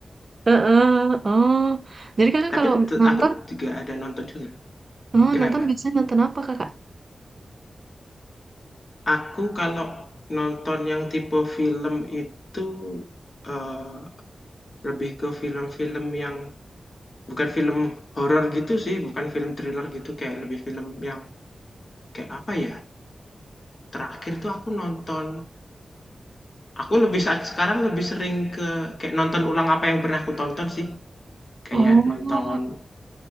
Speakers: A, on the right; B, on the left.
A: Heeh, oh. Jadi kakak
B: Tapi
A: kalau
B: te-
A: nonton,
B: aku juga ada nonton juga.
A: oh,
B: Kenapa?
A: nonton biasanya nonton apa kakak?
B: Aku kalau nonton yang tipe film itu, eee, lebih ke film-film yang bukan film horor gitu sih, bukan film thriller gitu, kayak lebih film yang kayak apa ya, terakhir tuh aku nonton aku lebih saat sekarang lebih sering ke kayak nonton ulang apa yang pernah aku tonton sih. Kayak
A: Oh,
B: nonton